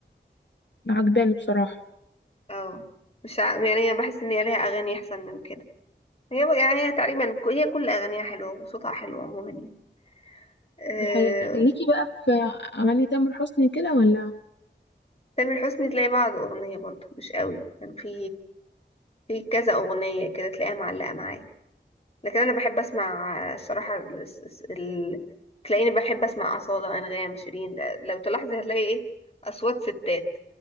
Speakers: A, on the left; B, on the left.
A: عجباني بصراحة
B: اه مش ع... يعني أنا بحس إن هي ليها أغاني أحسن من كده هي بقى- يعني هي تقريبا ك- هي كل أغانيها حلوة وصوتها حلو عموما يعني آه،
A: دي حقيقة ليكي بقى في أغاني تامر حسني كده ولا
B: تامر حسني تلاقي بعض أغنية برضه مش قوي كان في في كذا أغنية كده تلاقيها معلقة معايا لكن أنا بحب أسمع آه، الصراحة ال... الس- ال- تلاقيني بحب أسمع أصالة أنغام شيرين ده- لو تلاحظي هتلاقي إيه أصوات ستات